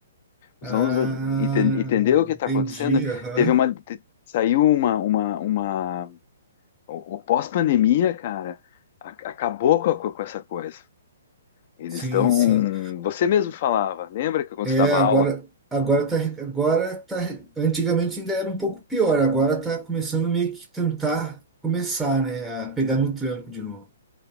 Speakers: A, on the left; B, in the centre.
A: Os
B: Ah,
A: alunos ah, enten- entendeu o que
B: entendi.
A: está acontecendo?
B: Aham.
A: Teve uma te- saiu uma uma, uma o, o pós-pandemia, cara, a- acabou com, a co- com essa coisa. Eles
B: Sim,
A: estão,
B: sim.
A: você mesmo falava, lembra que quando
B: É,
A: você dava
B: agora,
A: aula,
B: agora tá, agora tá. Antigamente ainda era um pouco pior. Agora tá começando meio que tentar começar, né? A pegar no tranco de novo.